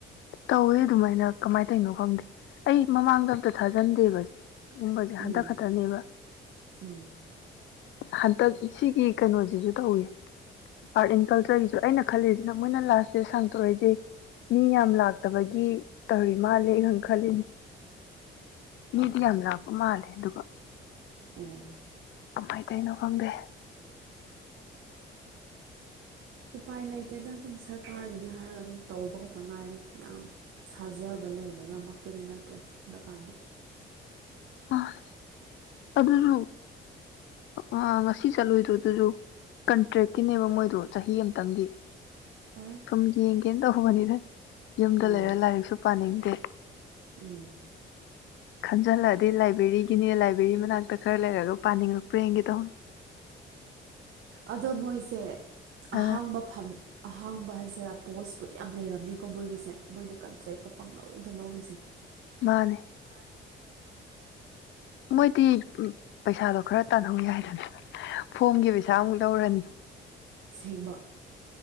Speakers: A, on the left; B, on the right.
A: ꯇꯧꯋꯦ ꯑꯗꯨꯃꯥꯏꯅ ꯀꯃꯥꯏꯅ ꯇꯧꯅꯣ ꯈꯪꯗꯦ ꯑꯩ ꯃꯃꯥꯡꯗ ꯑꯝꯇ ꯊꯥꯖꯟꯗꯦꯕ ꯁꯤꯒꯨꯝꯕꯁꯦ ꯍꯟꯇꯛ
B: ꯎꯝ
A: ꯈꯛꯇꯅꯦꯕ
B: ꯎꯝ
A: ꯍꯟꯇꯛ ꯁꯤꯒꯤ ꯀꯩꯅꯣꯁꯤꯁꯨ ꯇꯧꯏ ꯑꯥꯔꯠ ꯑꯦꯟ ꯀꯜꯆꯔꯒꯤꯁꯨ ꯑꯩꯅ ꯈꯜꯂꯤꯁꯤꯅ ꯃꯣꯏꯅ ꯂꯥꯁ ꯗꯦꯠ ꯁꯥꯡꯇꯣꯔꯛꯏꯁꯦ ꯃꯤ ꯌꯥꯝ ꯂꯥꯛ ꯇꯕꯒꯤ ꯇꯧꯔꯤ ꯃꯥꯜꯂꯦ ꯑꯩ ꯈꯪ ꯈꯜꯂꯤꯅꯤ ꯃꯤꯗꯤ ꯌꯥꯝ ꯂꯥꯛꯄ ꯃꯥꯜꯂꯦ ꯑꯗꯨꯒ
B: ꯑꯣ
A: ꯀꯃꯥꯏꯅ ꯇꯩꯅꯣ ꯈꯪꯗꯦ
B: ꯎꯄꯥꯏ ꯂꯩꯇꯦꯗ ꯑꯗꯨꯝ ꯁꯔꯀꯥꯔꯒꯤꯅꯦ ꯍꯥꯏꯔꯒ ꯑꯗꯨꯝ ꯇꯧꯕ ꯈꯛꯇ ꯉꯥꯏꯔꯦ ꯌꯥꯝ ꯊꯥꯖꯕ ꯂꯩꯔꯒ ꯃꯛꯇꯨꯗꯤ ꯅꯠꯇ꯭ꯔꯦ ꯍꯟꯗꯛꯀꯥꯟꯗꯤ
A: ꯃꯥꯅꯦ ꯑꯗꯨꯁꯨ ꯑ ꯉꯁꯤ ꯁꯤ ꯆꯠꯂꯨꯏꯗꯣ ꯑꯗꯨꯁꯨ ꯀꯟꯇ꯭ꯔꯦꯛꯀꯤꯅꯦꯕ ꯃꯣꯏꯗꯣ ꯆꯍꯤ ꯑꯝꯇꯪꯒꯤ
B: ꯑꯩ
A: ꯁꯨꯝ ꯌꯦꯡꯒꯦꯅ ꯇꯧꯕꯅꯤꯅ ꯌꯨꯝꯗ
B: ꯑꯣ
A: ꯂꯩꯔ ꯂꯥꯏꯔꯤꯛꯁꯨ ꯄꯥꯅꯤꯡꯗꯦ
B: ꯎꯝ
A: ꯈꯟꯖꯜꯂꯛꯑꯗꯤ ꯂꯥꯏꯕ꯭ꯔꯦꯔꯤꯒꯤꯅꯤ ꯂꯥꯏꯕ꯭ꯔꯦꯔꯤ ꯃꯅꯥꯛꯇ ꯈꯔ ꯂꯩꯔꯒ ꯄꯥꯅꯤꯡꯉꯛꯄ꯭ꯔ ꯌꯦꯡꯒꯦ ꯇꯧꯅꯦ
B: ꯑꯗꯣ ꯃꯣꯏꯁꯦ ꯑꯍꯥꯡꯕ
A: ꯑ
B: ꯐꯝ ꯑꯍꯥꯡꯕ ꯍꯥꯏꯁꯤꯔꯥ ꯄꯣꯁꯄꯨꯗꯤ ꯌꯥꯝ ꯂꯩꯔꯝꯅꯤꯀꯣ ꯃꯣꯏꯒꯤꯁꯦ ꯃꯣꯏꯅ ꯀꯟꯇ꯭ꯔꯦꯛꯇ ꯄꯥꯡꯂꯧꯗ ꯂꯧꯔꯤꯁꯦ
A: ꯃꯥꯅꯦ
B: ꯃꯥꯅꯦ
A: ꯃꯣꯏꯗꯤ ꯄꯩꯁꯥꯗꯣ ꯈꯔ ꯇꯥꯟꯍꯧꯏ ꯌꯥꯏꯗꯅ ꯐꯣꯝꯒꯤ ꯄꯩꯁꯥꯃꯨꯛ ꯂꯧꯔꯅꯤ
B: ꯑꯁꯦꯡꯕ